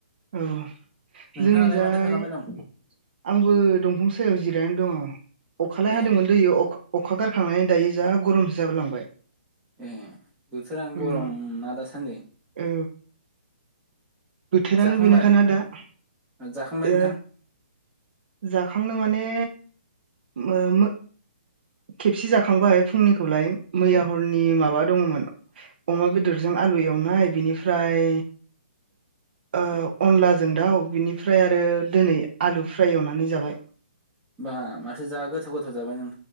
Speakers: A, on the right; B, on the right.
A: औ
B: नोंथाङालाय
A: जोंनि जाय
B: माथो खालामबाय दं
A: आंबो दंफां सायाव जिरायनानै दङ अखालाय
B: ए
A: हादोंमोन दै अखा अखा गारखांनानै दायो जा गरमसो जाबोलांबाय
B: ए बोथोरानो
A: उम
B: गरम ना दासान्दि
A: औ बोथोरानो
B: जाखांबाय
A: बेनोखाना दा
B: जाखांबाय
A: ओ
B: नोंथां
A: जाखांनो माने ओ मो खेबसे जाखांबाय फुंनिखौलाय मैया हरनि माबा दङमोन अमा बेदरजों आलु एवनाय बिनिफ्राय। ओ अनलाजों दाउ बिनिफ्राय आरो दिनै आलु फ्राय एवनानै जाबाय।
B: बा माथो जा गोथाव गोथाव जाबाय नों